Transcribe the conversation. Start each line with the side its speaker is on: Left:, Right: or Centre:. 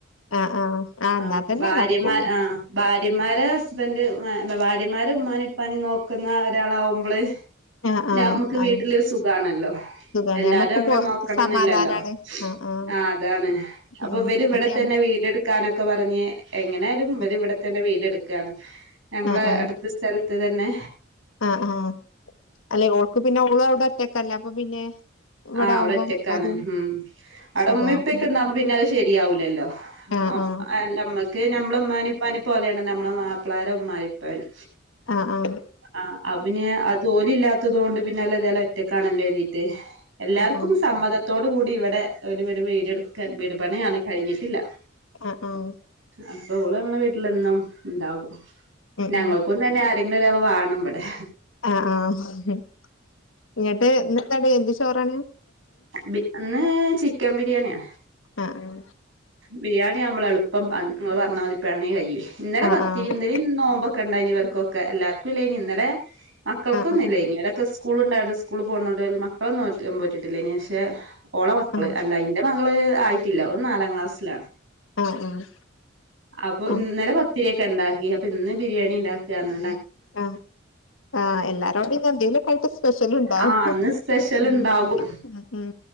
Left: ആ ആ
Right: ആ
Left: എന്നാ തന്നെ
Right: ഭാര്യമാ
Left: നടക്കുള്ളൂ
Right: ആഹ് ഭാര്യമാര് ഹസ്ബന്ഡ് ഭാര്യമാരും ഉമ്മാനെ ഉപ്പാനെ നോക്കുന്ന ഒരാളാവുമ്പള്-
Left: ആ
Right: ഞമ്മുക്ക്
Left: ആ
Right: വീട്ടില്
Left: ആ
Right: സുഖമാണല്ലോ.
Left: സുഖാണ്
Right: എല്ലാരും
Left: നമ്മക്ക്
Right: അങ്ങനെ
Left: പോ
Right: നോക്കണം
Left: സമാധാനാണ്
Right: എന്നില്ലല്ലോ,
Left: ആ ആ
Right: ആഹ് അതാണ് അപ്പൊ
Left: ഉം
Right: ഇവര് ഇവിടെ
Left: മറ്റേ
Right: തന്നെ വീട്. വീട് എടുക്കാൻ ഒക്കെ പറഞ്ഞ, എങ്ങനെയായാലും
Left: ആ
Right: ഇവര് ഇവിടെ തന്നെ വീട്ടുയെടുക്കുവാണ് ഞങ്ങള്
Left: ആ ആ
Right: അടുത്തടുത്തായി. സ്ഥലത്ത് തന്നെ
Left: ആഹ് ആഹ് അല്ലെ ഓൾക്ക് പിന്നെ ഓള് അവിടെ ഒറ്റക്ക് അല്ല അപ്പൊ പിന്നെ. ഇവിടെ
Right: ആഹ് അവിടെ
Left: ആവുമ്പം
Right: ഒറ്റക്കാണ്,
Left: അത്
Right: ഉം അവിടെ
Left: സുഖാവും
Right: ഉമ്മ ഇപ്പൊക്കെ ഉണ്ടാവുമ്പോ പിന്നെ. ശരിയാവൂലല്ലോ
Left: ആഹ്
Right: ആം
Left: ആഹ്
Right: അല്ല നമ്മക്ക് നമ്മള് ഒന്നും. ഉമ്മനെയും ഉപ്പനെയും പോലെയാണ് നമ്മള് മാപ്പിളടെ ഉമ്മയും ഉപ്പയും.
Left: ആഹ് ആഹ്
Right: ആഹ് അപ്പ പിന്നെ അത് ഓലെ ഇല്ലാത്തത് കൊണ്ട് പിന്നെ അല്ല ഞാൻ ഒറ്റക്കാണല്ലോ എഴുതിയിട്ട്. എല്ലാവർക്കും
Left: ആഹ് ആഹ്
Right: സമ്മതത്തോടെ കൂടി ഇവിടെ ഓര് ഇവിടെ വീടുയെടുക്കാൻ വീട് പണിയാണ് കഴിഞ്ഞിട്ടില്ല.
Left: ആഹ് ആഹ്
Right: അപ്പ ഓള് അങ്ങ് വീട്ടിലെന്നും ഉണ്ടാകും,
Left: ഉം
Right: ഞങ്ങളെക്കൊന്ന്
Left: ഉം
Right: തന്നെ ആരെങ്കിലും ഒരാള് വാ കാണും ഇവിടെ
Left: ആഹ് ആഹ് ഇങ്ങട്ട് എന്ത് കടി എന്ത് ചോറ് ആണ്.
Right: ബി അന്ന് ചിക്കൻ ബിരിയാണിയാണ്,
Left: ആഹ്
Right: ബിരിയാണി നമ്മള് എളു പ്പം പറഞ്ഞു ഇങ്ങള് പറഞ്ഞതുമാതിരി പണി കഴിയും, ഇന്നലെ
Left: ആഹ്
Right: പത്തിരി
Left: ആഹ്
Right: എന്തര് നോമ്പൊക്കെ ഉണ്ടായിരുന്നു ഇവരൊക്കെ എല്ലാർക്കും. ക്കില്ലായിരുന്നു ഇന്നലെ മക്കൾക്ക്
Left: ആഹ്
Right: ഒന്നുമില്ലായിരുന്നു ഇവരൊക്കെ. സ്കൂൾ ഉണ്ടായിരുന്നു സ്കൂളിൽ പോകുന്നുണ്ടായിരുന്നു മക്കളൊന്നും പോറ്റിട്ടില്ല, പക്ഷേ ഓള് മക്കള്
Left: ആഹ് ആഹ്
Right: അല്ല അതിന്റെ. മക്കളെ ആയിട്ടില്ല ഓള് നാലാം ക്ലാസ്സില്,
Left: ആഹ് ആഹ്
Right: അപ്പൊ
Left: ആഹ്
Right: ഇന്നലെ. പത്തിരി ഒക്കെ ഉണ്ടാക്കി അപ്പൊ ഇന്ന് ബിരിയാണി ഉണ്ടാക്കായിരുന്നു.
Left: ആഹ് ആഹ് എല്ലാരോടെ ഞാൻ എന്തേലും കഴി സ്പെഷ്യൽ ഉണ്ടോ
Right: ആഹ് ഇന്ന് സ്പെഷ്യൽ
Left: ഉം
Right: ഉണ്ടാകും
Left: ഉം.